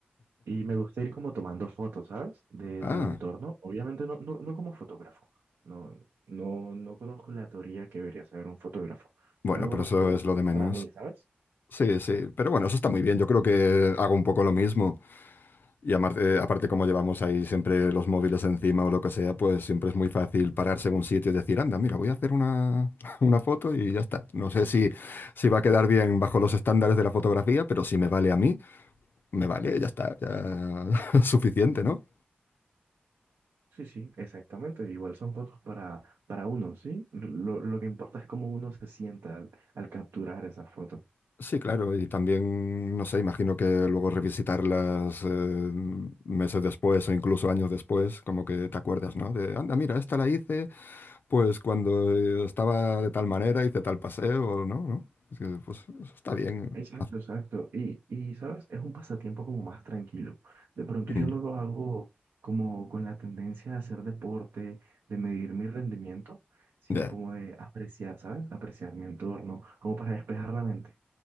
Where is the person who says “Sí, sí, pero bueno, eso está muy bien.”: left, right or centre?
Left